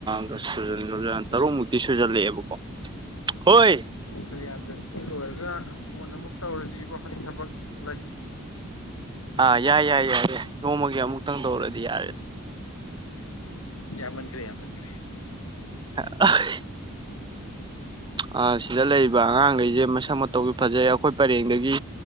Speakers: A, on the right; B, on the left.
A: ꯒ ꯁꯨꯖꯟꯒ꯭ꯔꯕꯖꯥꯅꯣ ꯇꯔꯨꯛꯃꯨꯛꯇꯤ ꯁꯨꯖꯜꯂꯛꯑꯦꯕꯀꯣ ꯍꯣꯏ
B: ꯌꯥꯗ꯭ꯔꯦ ꯌꯥꯗ꯭ꯔꯦ ꯁꯤ ꯂꯣꯏꯔꯒ ꯀꯣꯟꯅ ꯑꯃꯨꯛ ꯇꯧꯔꯖꯤ ꯏꯕꯣ ꯑꯩ ꯊꯕꯛ ꯂꯩ
A: ꯑꯥ ꯌꯥꯏ ꯌꯥꯏ ꯌꯥꯏ ꯌꯥꯏ ꯅꯣꯡꯃꯒꯤ ꯑꯃꯨꯛꯇꯪ ꯇꯧꯔꯗꯤ ꯌꯥꯔꯦꯗ
B: ꯌꯥꯝꯃꯟꯒ꯭ꯔꯦ ꯌꯥꯝꯃꯟꯒ꯭ꯔꯦ
A: <unintelligible> ꯑꯥ ꯁꯤꯗ ꯂꯩꯔꯤꯕ ꯑꯉꯥꯡꯒꯩꯖꯦ ꯃꯁꯛ ꯃꯇꯧꯖꯨ ꯐꯖꯩ ꯑꯈꯣꯏ ꯄꯔꯦꯡꯗꯒꯤ